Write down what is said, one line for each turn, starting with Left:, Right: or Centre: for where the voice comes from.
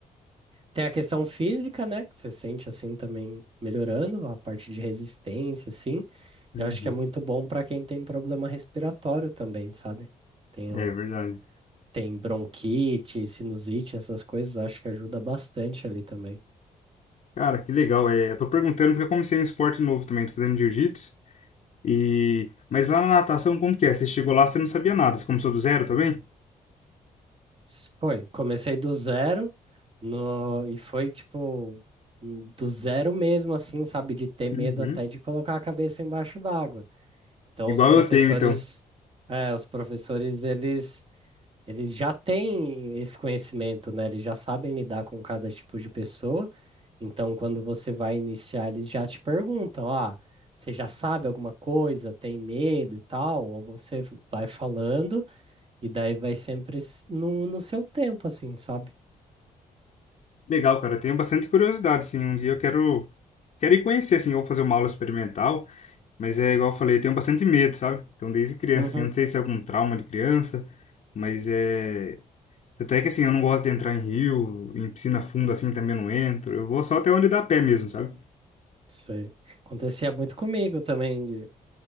Right: Tem a questão física, né? Que você sente assim também melhorando, a parte de resistência, assim.
Left: uhum.
Right: Eu acho que é muito bom para quem tem problema respiratório também, sabe? Tem,
Left: É
Right: um...
Left: verdade.
Right: tem bronquite, sinusite, essas coisas, acho que ajuda bastante ali também.
Left: Cara, que legal. É, eu tô perguntando porque eu comecei um esporte novo também, tô fazendo jiu-jitsu. E... Mas lá na natação, como que é? Você chegou lá, você não sabia nada, você começou do zero também?
Right: S- Foi, comecei do zero no... e foi tipo do zero mesmo, assim, sabe? De ter medo
Left: Uhum.
Right: até de colocar a cabeça embaixo d'água. Então,
Left: Igual
Right: os professores,
Left: eu tenho, então.
Right: é, os professores, eles, eles já têm esse conhecimento, né? Eles já sabem lidar com cada tipo de pessoa. Então, quando você vai iniciar, eles já te perguntam, ah, você já sabe alguma coisa, tem medo e tal? Ou você vai falando e daí vai sempre s- no, no seu tempo, assim, sabe?
Left: Legal, cara. Eu tenho bastante curiosidade, assim. Um dia eu quero, quero ir conhecer, assim, ou fazer uma aula experimental. Mas é igual eu falei, eu tenho bastante medo, sabe? Então, desde criança,
Right: Uhum.
Left: assim, eu não sei se é algum trauma de criança, mas é. Até que, assim, eu não gosto de entrar em rio, em piscina fundo, assim, também eu não entro. Eu vou só até onde dá pé mesmo, sabe?
Right: Sei. Acontecia muito comigo também,